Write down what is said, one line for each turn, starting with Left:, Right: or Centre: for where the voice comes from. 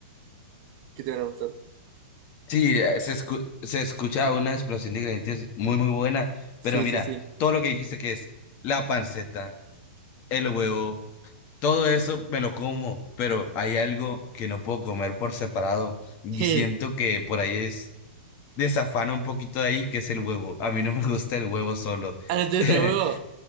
Right: que te van a gustar.
Left: Sí, eh, se escu- se escucha una explosión de ingredientes muy, muy buena.
Right: Sí,
Left: Pero mira,
Right: sí, sí.
Left: todo lo que dijiste que es la panceta, el huevo, todo eso me lo como. Pero hay algo que no puedo comer por separado. Y
Right: <laughs>
Left: siento que por ahí es desafana un poquito de ahí, que es el huevo. A mí no me gusta el huevo solo.
Right: ¿Ah, no te gusta
Left: <laughs>
Right: el huevo?